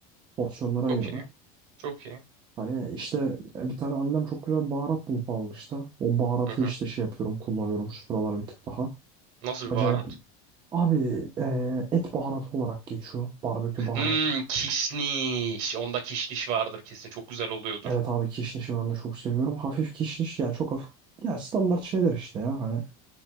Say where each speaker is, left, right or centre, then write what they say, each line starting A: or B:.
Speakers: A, on the right (about 25°); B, on the right (about 55°).
A: Porsiyonlara ayırdım.
B: Çok iyi. Çok iyi.
A: Hani işte e, bir tane annem çok güzel baharat bulup almıştı. O baharatı
B: Hı hı.
A: işte şey yapıyorum, kullanıyorum şu sıralar bir tık daha.
B: Nasıl bir
A: Acayip.
B: baharat?
A: Abi e, et baharatı olarak geçiyor. Barbekü baharatı.
B: Hmm, kişniş. Onda kişniş vardır kesin. Çok güzel oluyordur.
A: Evet abi kişnişi ben de çok seviyorum. Hafif kişniş ya çok hafif. Ya standart şeyler işte ya hani